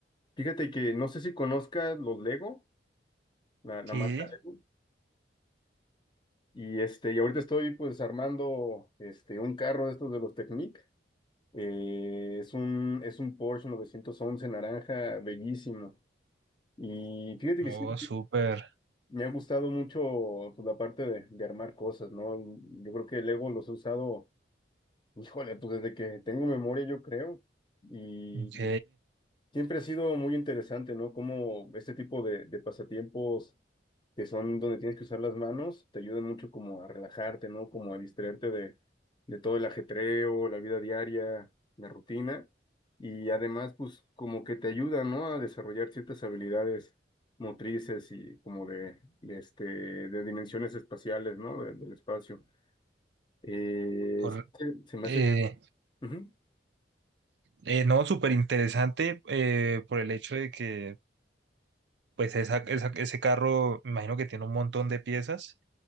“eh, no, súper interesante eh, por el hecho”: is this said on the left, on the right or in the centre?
Right